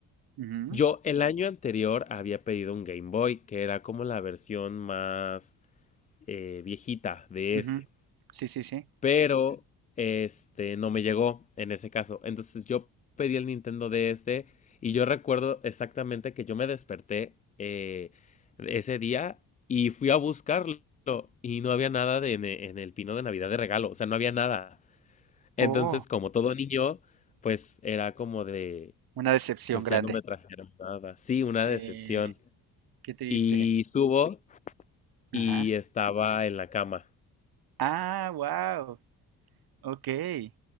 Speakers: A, on the right (about 60°); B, on the left (about 20°).
A: Ujú,
B: Yo el año anterior había pedido un Game Boy, que era como la versión más eh, viejita de
A: ujú.
B: ese.
A: Sí, sí, sí.
B: Pero este no me llegó en ese caso. Entonces yo pedí el Nintendo DS y yo recuerdo exactamente que yo me desperté eh, ese día y fui a buscarlo y no había nada de, en, e- en el pino de Navidad de regalo. O sea, no había nada. Entonces,
A: Oh,
B: como todo niño, pues era como de
A: una decepción
B: Pues
A: grande.
B: ya no me trajeron nada. Sí, una
A: Sí,
B: decepción.
A: qué triste.
B: Y subo
A: Ajá.
B: y estaba en la cama.
A: Ah, wow. Ok.